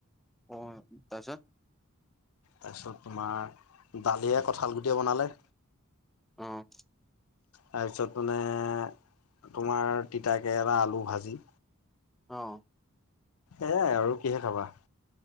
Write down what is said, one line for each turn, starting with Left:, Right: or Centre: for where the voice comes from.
Centre: অই', তাৰপিছত?
Left: তাৰপিছত তোমাৰ দালিয়ে, কঁঠাল গুটিয়ে বনালে।
Centre: অ',
Left: তাৰপিছত মানে তোমাৰ তিতাকেৰেলা, আলু ভাজি।
Centre: অ'।
Left: এয়াই আৰু কিহে খাবা।